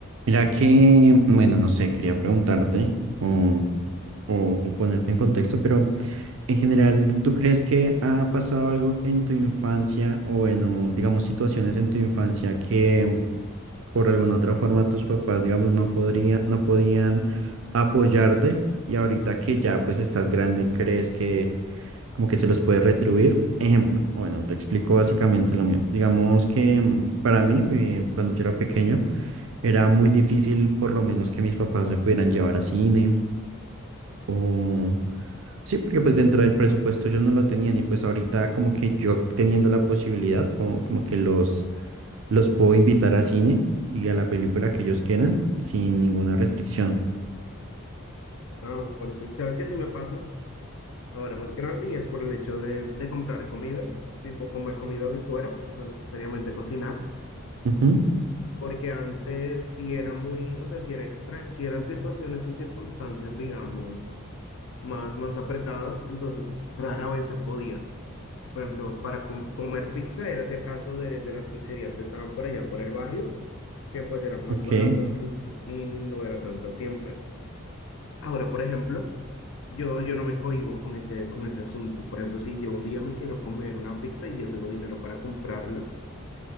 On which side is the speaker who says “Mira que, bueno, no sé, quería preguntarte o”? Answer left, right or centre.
Right